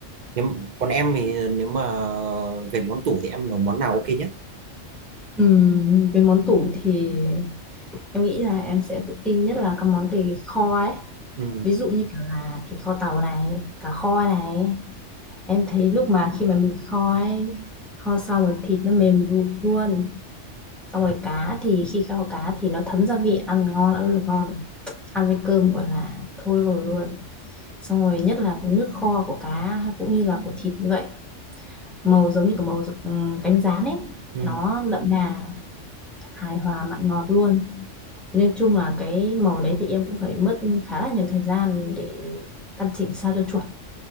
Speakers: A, on the right; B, in the centre.
A: nhưng còn em thì nếu mà về món tủ thì em nấu món nào ok nhất
B: Ừm, về món tủ thì em nghĩ là em sẽ tự tin nhất là các món về kho ấy.
A: ừ
B: Ví dụ như kiểu là thịt kho tàu này, cá kho này. em thấy lúc mà khi mà mình kho ấy kho xong rồi thịt nó mềm rụp luôn xong rồi cá thì khi kho cá thì nó thấm gia vị ăn ngon ơi là ngon ăn với cơm gọi là thôi rồi luôn xong rồi nhất là cái nước kho của cá cũng như là của thịt như vậy màu giống như cái màu ừm, cánh gián ấy
A: ừ
B: nó đậm đà hài hòa mặn ngọt luôn nhưng chung là cái màu đấy thì em cũng phải mất khá là nhiều thời gian để căn chỉnh sao cho chuẩn